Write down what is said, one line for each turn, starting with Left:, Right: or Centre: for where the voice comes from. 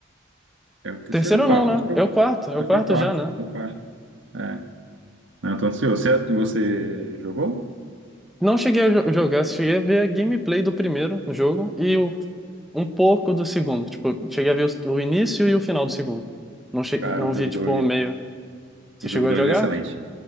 Right: É o terceiro
Centre: Terceiro
Right: ou quarto?
Centre: não, né?
Right: Acho que é
Centre: É
Right: o
Centre: o quarto. É o
Right: acho
Centre: quarto
Right: que é o quarto.
Centre: já, né?
Right: É o quarto. É. Não, tô ansioso. Você, você jogou?
Centre: Não cheguei a jo- jogar, cheguei a ver a gameplay do primeiro jogo e o- um pouco do segundo. Tipo, cheguei a ver o, o início e o final do segundo. Não, che,
Right: Cara,
Centre: não
Right: o jogo
Centre: vi, tipo,
Right: dois
Centre: o meio. Você
Right: o jogo
Centre: chegou
Right: 2
Centre: a jogar?
Right: é excelente.